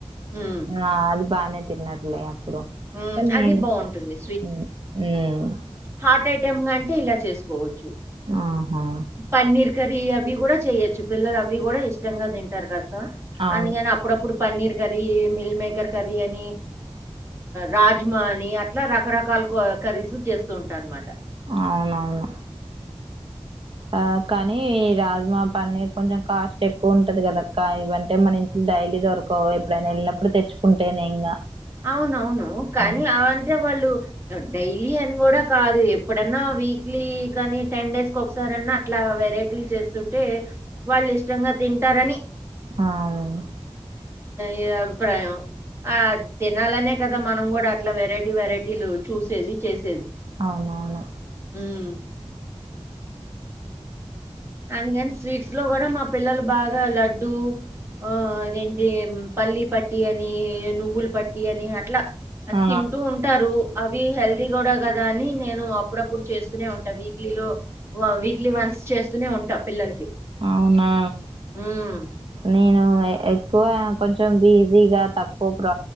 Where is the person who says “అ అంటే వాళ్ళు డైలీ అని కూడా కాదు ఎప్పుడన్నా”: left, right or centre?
Right